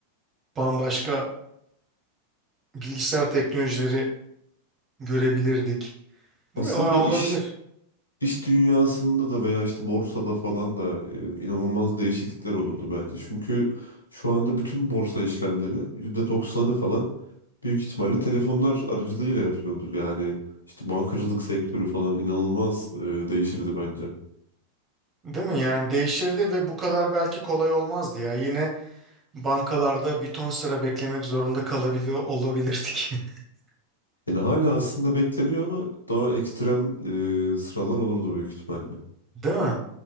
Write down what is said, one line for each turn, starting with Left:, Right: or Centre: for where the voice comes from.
Right: bambaşka bilgisayar teknolojileri görebilirdik. Değil
Left: Aslında
Right: mi? O olabilir.
Left: iş İş dünyasında da veya işte borsada falan da e, inanılmaz değişiklikler olurdu bence. Çünkü şu anda bütün borsa işlemleri yüzde doksanı falan büyük ihtimalle telefonlar aracılığıyla yapılıyordur. Yani işte bankacılık sektörü falan inanılmaz e, değişirdi bence.
Right: Değil mi? Yani değişirdi ve bu kadar belki kolay olmazdı ya. Yine bankalarda bir ton sıra beklemek zorunda kalabiliyor olabilirdik. <laughs>
Left: Yani hala aslında bekleniyor ama daha ekstrem e, sıralar olurdu büyük ihtimalle.
Right: Değil mi?